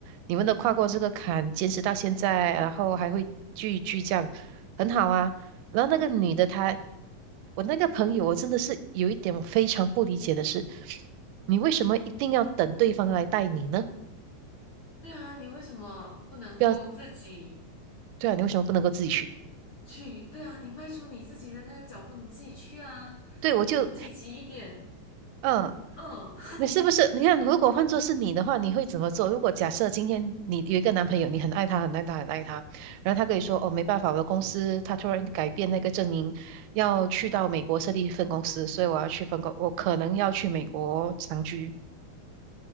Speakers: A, on the right; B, on the left.
A: 你们都跨过这个坎，
B: 嗯。
A: 坚持到现在，然后还会聚一聚这样，很好啊。然后那个女的她，我那个朋友，我真的是有一点我非常不理解的是，你为什么一定要等对方来带你呢？
B: 对啊，你为什么不能够自己？
A: 不要，对啊，你为什么不能够自己去？
B: 去，对啊，你迈出你自己的那个脚步，你自己去啊，
A: 对，我就，
B: 你积极一点，
A: 嗯，
B: 嗯。
A: 你是不是？你看，如果换作是你的话，你会怎么做？如果假设今天你有一个男朋友，你很爱他，很爱他，很爱他，然后他跟你说，哦，没办法，我的公司他突然改变那个阵营，要去到美国设立分公司，所以我要去分公，我可能要去美国长居。